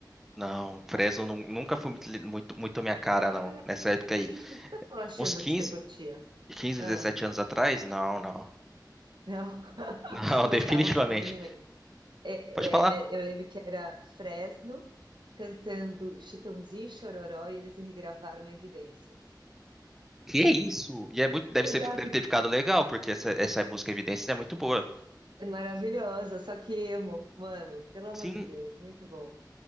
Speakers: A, in the centre; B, on the right.
A: Não, Fresno nun- nunca foi muito, li- muito, muito a minha cara, não.
B: Ai,
A: Nessa época aí,
B: gente, por que que eu tô achando
A: uns 15,
B: que você curtia?
A: quinze,
B: Ah,
A: 17 anos atrás, não, não.
B: não, <laughs>
A: <laughs> Não,
B: mas
A: definitivamente.
B: tá, vou falar anyway. É, é,
A: Pode falar.
B: é, eu lembro que era Fresno cantando Chitãozinho e Chororó e eles regravaram Evidências.
A: Que é isso? E é muito, deve
B: Exato,
A: ser, deve ter ficado legal, porque essa, essa música Evidências é muito boa.
B: maravilhosa, só que emo, mano, pelo amor
A: Sim,
B: de Deus, muito bom.